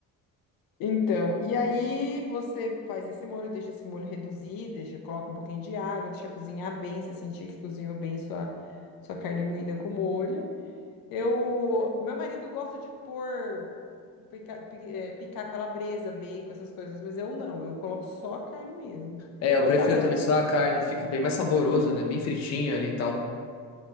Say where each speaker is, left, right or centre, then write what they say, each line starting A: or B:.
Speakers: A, on the left; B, on the left.
A: Então, e aí você faz esse molho, deixa esse molho reduzir, deixa, coloca um pouquinho de água, deixa cozinhar bem, você sentir que cozinhou bem sua, sua carne moída com molho. Eu, meu marido gosta de pôr pica- pi- eh, picar calabresa, bacon, essas coisas, mas eu não, eu coloco só a carne mesmo.
B: É, eu
A: Mas
B: prefiro
A: dá para
B: também
A: você
B: só a carne, fica bem mais saboroso, né? Bem fritinho ali e tal.